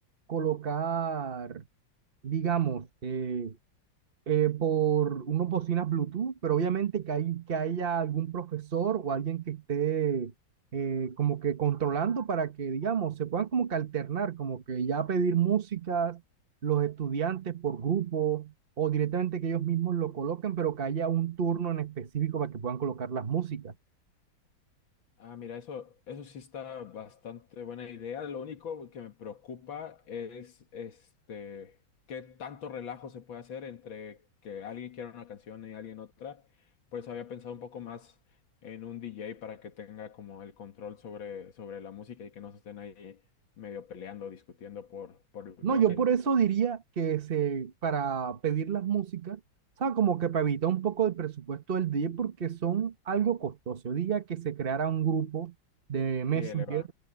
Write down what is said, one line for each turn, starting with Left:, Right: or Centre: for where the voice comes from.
Right: colocar, digamos, eh, eh, por unas bocinas Bluetooth, pero obviamente que, hay, que haya algún profesor o alguien que esté eh, como que controlando para que, digamos, se puedan como que alternar, como que ya pedir músicas los estudiantes por grupo o directamente que ellos mismos lo coloquen, pero que haya un turno en específico para que puedan colocar las músicas.
Left: Ah, mira, eso, eso sí está bastante buena idea. Lo único que me preocupa es este qué tanto relajo se puede hacer entre que alguien quiera una canción y alguien otra. Por eso había pensado un poco más en un DJ para que tenga como el control sobre, sobre la música y que no se estén ahí medio peleando, discutiendo por, por
Right: No,
Left: ver
Right: yo
Left: quién
Right: por eso diría que se, para pedir las músicas, ¿sabes? Como que para evitar un poco el presupuesto del DJ porque son algo costoso. Yo diría que se creara un grupo de Messenger
Left: sí, eleva.